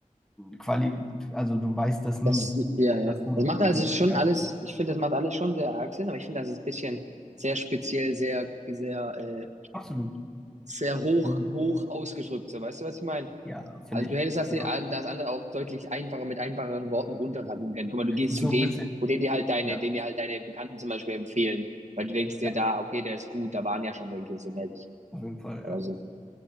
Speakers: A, in the centre; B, on the right.
A: Quali also du weißt das nie,
B: Das, ja,
A: ob
B: ja.
A: das gut
B: Das
A: ist
B: macht
A: oder
B: also
A: nicht.
B: schon
A: Ja?
B: alles, ich finde, das macht alles schon sehr arg Sinn, aber ich finde, das ist ein bisschen sehr speziell, sehr, sehr, äh,
A: Absolut.
B: sehr hoch,
A: Und
B: hoch ausgedrückt, so, weißt du, was ich meine?
A: ja,
B: Also
A: finde ich.
B: du hättest
A: Also
B: das, das andere auch deutlich einfacher mit einfacheren Worten runterraten können. Guck mal, du gehst
A: ist
B: zu
A: so
B: dem,
A: ein bisschen,
B: wo den dir halt deine,
A: ja,
B: den dir halt deine Bekannten zum Beispiel empfehlen, weil du denkst dir
A: ja,
B: da, okay, der ist gut, da waren ja schon welche so mäßig
A: auf jeden Fall,
B: oder
A: ja.
B: so.